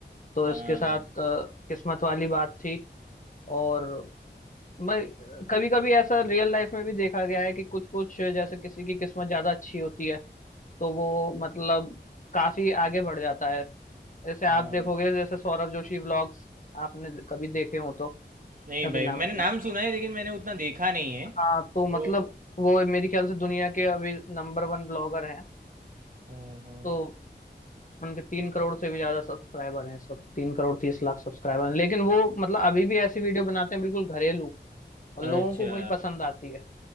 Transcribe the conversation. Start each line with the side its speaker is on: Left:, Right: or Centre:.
Left: तो
Right: हाँ
Left: इसके साथ
Right: भाई
Left: अ, किस्मत वाली बात थी और मैं कभी कभी ऐसा रियल लाइफ में भी देखा गया है कि कुछ कुछ जैसे किसी की किस्मत ज्यादा अच्छी होती है तो वो मतलब काफी आगे बढ़ जाता है जैसे आप
Right: हाँ
Left: देखोगे
Right: भाई
Left: जैसे सौरभ जोशी व्लॉग्स आपने कभी देखे हो तो
Right: नहीं
Left: कभी
Right: भाई
Left: नाम
Right: मैंने
Left: सुन
Right: नाम सुना है लेकिन मैंने उतना देखा नहीं है
Left: हाँ तो
Right: तो
Left: मतलब वो मेरे ख्याल से दुनिया के अभी नंबर वन ब्लॉगर हैं
Right: हम्म हम्म,
Left: तो उनके तीन करोड़ से भी ज्यादा सब्सक्राइबर हैं सब तीन करोड़ तीस लाख सब्सक्राइबर हैं लेकिन वो मतलब अभी भी ऐसी वीडियो बनाते हैं बिल्कुल घरेलू और लोगों
Right: अच्छा
Left: को वही पसंद आती है